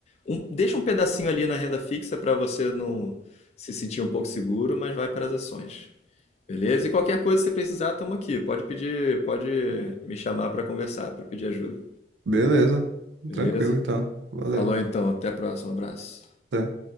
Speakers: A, on the left (about 35°); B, on the right (about 85°).
A: Um- deixa um pedacinho ali na renda fixa para você não se sentir um pouco seguro, mas vai para as ações. Beleza? E qualquer coisa que você precisar, estamos aqui. Pode pedir, pode me chamar para conversar, para pedir ajuda.
B: Beleza.
A: Beleza?
B: Tranquilo, então. Valeu.
A: Falou então, até a próxima, abraço.
B: Até.